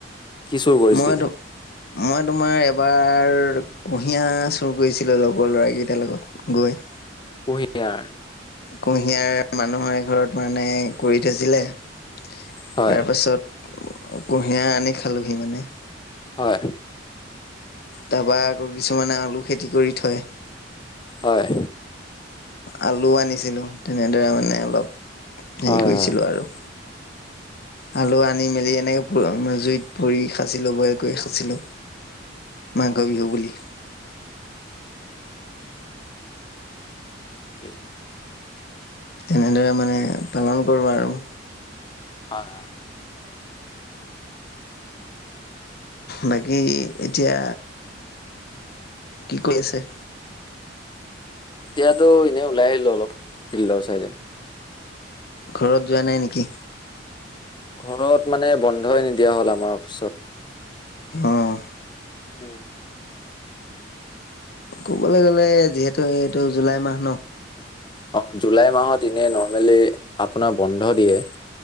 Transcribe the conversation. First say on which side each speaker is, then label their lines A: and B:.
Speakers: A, on the left; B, on the left.
A: কি চুৰ কৰিছিলে
B: মইতো মই তোমাৰ এবাৰ কুঁহিয়াৰ চুৰ কৰিছিলো লগৰ লৰা কেইটাৰ লগত গৈ
A: কুঁহিয়াৰ।
B: কুঁহিয়াৰ মানুহৰ এঘৰত মানে কৰি থৈছিলে। তাৰ
A: হয়
B: পাছত কুঁহিয়াৰ আনি খালোহি মানে।
A: হয়।
B: তাৰপা আকৌ কিছুমানে আলু খেতি কৰি থয়।
A: হয়।
B: আলু আনিছিলোঁ তেনেদৰে মানে অলপ হেৰি
A: হয়
B: কৰিছিলোঁ
A: হয়
B: আৰু।
A: <inaudible>
B: আলু আনি মেলি এনেকে জুইত পুৰি খাছিলো বইল কৰি খাছিলো। মাঘৰ বিহু বুলি।
A: উমম থিকেই।
B: তেনেদৰে মানে পালন কৰোঁ আৰু।
A: হয় হয়।
B: বাকী এতিয়া কি কৰি আছে?
A: এতিয়াতো এনেই ওলাই আহিলো অলপ ফিল্ডৰ চাইডে।
B: ঘৰত যোৱা নাই নেকি?
A: ঘৰত মানে বন্ধই নিদিয়া হল আমাৰ অফিচত।
B: আহ।
A: উম।
B: ক'বলৈ গ'লে যিহেতু এইটো জুলাই মাহ ন
A: অ', জুলাই মাহত এনেই নৰ্মেলি আপোনাৰ বন্ধ দিয়ে